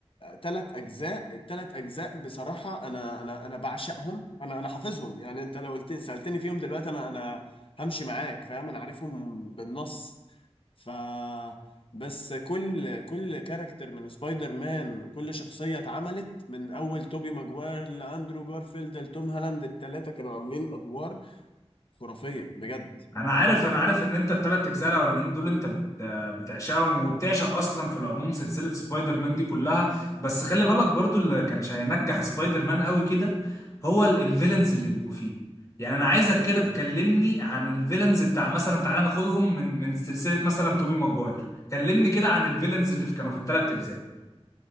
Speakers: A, on the left; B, on the left.
A: ثلاث اجزاء الثلاث اجزاء بصراحه انا انا انا بعشقهم انا انا حافظهم يعني انت لو قلت سالتني فيهم دلوقتي انا انا همشي معاك فاهم انا عارفهم بالنص ف بس كل كل كاركتر من سبايدر مان وكل شخصيه اتعملت من اول توبي ماجواير لاندرو جارفيلد لتوم هالاند الثلاثه كانوا عاملين ادوار خرافيه بجد
B: انا عارف
A: من
B: انا عارف ان انت التلات اجزاء الاولانيين دول انت بت بتعشقهم وبتعشق اصلا في العموم سلسله سبايدر مان دي كلها بس خلي بالك برضو اللي كانش هينجح سبايدر مان قوي كده هو ال- الفيلنز اللي بيبقوا فيه يعني انا عايزك
A: أوكي.
B: كده تكلمني عن الفيلنز بتاع مثلا تعالى ناخدهم من من سلسله مثلا توبي ماجواير كلمني كده عن الفيلنز اللي في- كانوا في التلات اجزاء